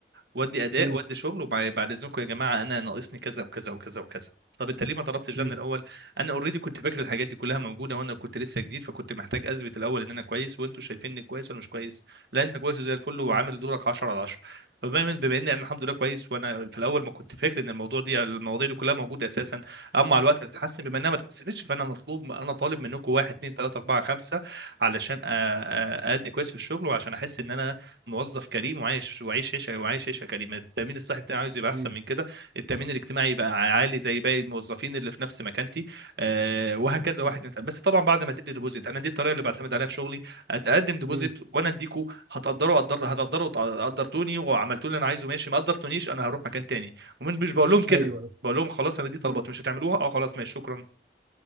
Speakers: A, on the right; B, on the right.
A: وادي اداء
B: مم.
A: وادي شغل وبعد اذنكم يا جماعه انا ناقصني كذا وكذا وكذا وكذا طب انت ليه ما طلبتش ده
B: مم.
A: من الاول انا اوريدي كنت فاكر الحاجات دي كلها موجوده وانا كنت لسه جديد فكنت محتاج اثبت الاول ان انا كويس وانتوا شايفيني كويس ولا مش كويس لا انت كويس زي الفل وعامل
B: مم.
A: دورك 10 على 10 فبما بما اني انا الحمد لله كويس وانا في الاول ما كنت فاكر ان الموضوع دي المواضيع دي كلها موجوده اساسا اما مع الوقت هتتحسن بما انها ما اتحسنتش فانا مطلوب انا طالب منكم واحد اتنين تلاته اربعه خمسه علشان أ- أ- اادي كويس في الشغل وعشان احس ان انا موظف كريم وعايش وعيش عيشه وعايش عيشه كريمه التامين الصحي بتاعي عاوز يبقى احسن
B: مم.
A: من كده التامين الاجتماعي يبقى عالي زي باقي الموظفين اللي في نفس مكانتي آه وهكذا
B: مم.
A: واحد انت بس طبعا بعد ما تدي ديبوزيت انا دي الطريقه اللي بعتمد عليها في شغلي أد- اقدم ديبوزيت
B: مم.
A: وانا اديكوا هتقدروا قدر هتقدروا قدرتوني وعملتوا اللي انا عايزه ماشي ما قدرتونيش انا هروح مكان تاني ومش مش بقول لهم كده
B: ايوه
A: بقول لهم خلاص انا دي طلبات
B: مم.
A: مش هتعملوها اه خلاص ماشي شكرا